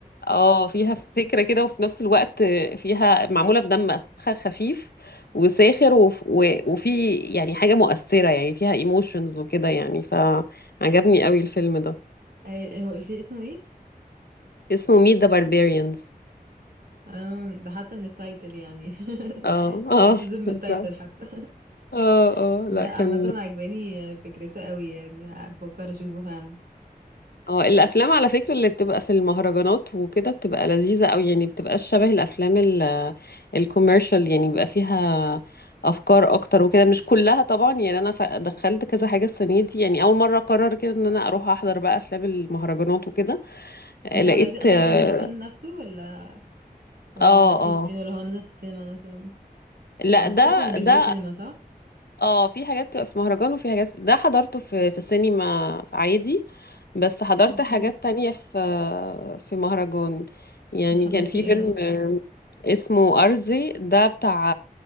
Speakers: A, on the left; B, on the right.
A: اه فيها فكرة كده وفي نفس الوقت فيها معمولة بدم خ- خفيف وساخر وف و- وفي يعني حاجة مؤثرة يعني فيها ايموشنز وكده يعني فعجبني قوي الفيلم ده
B: اي هو قلت لي اسمه ايه
A: اسمه Meet the Barbarians
B: آه ده حتى من التايتل يعني <laughs>
A: اه اه
B: ريسيزم
A: <laughs>
B: من
A: بالظبط
B: التايتل حتى
A: اه
B: <laughs>
A: اه
B: لا
A: لا كان
B: عامة عجباني فكرته قوي يعني بفكر اشوفه فعلا
A: اه الافلام على فكره اللي بتبقى في المهرجانات وكده بتبقى لذيذه قوي يعني بتبقى شبه الافلام ال- الكوميرشال يعني بيبقى فيها افكار اكتر وكده مش كلها طبعا يعني انا ف- دخلت كذا حاجه السنه دي يعني اول مره قرر كده ان انا اروح احضر بقى افلام المهرجانات وكده
B: انت
A: لقيت
B: حضرتي اصلا
A: اه
B: في المهرجان نفسه ولا ولا
A: اه
B: حضرتيه
A: آه.
B: فين ولا هو نزل في السينما مثلا
A: لا
B: ما اعتقدش
A: ده
B: انه بينزل
A: ده
B: سينما صح
A: اه في حاجات بتبقى في مهرجان وفي حاجات ده حضرته في في سينما عادي بس حضرت
B: اوكي
A: حاجات تانية في في مهرجان يعني
B: حضرتي
A: كان في
B: ايه
A: فيلم
B: مثلا
A: اسمه أرزي ده بتاع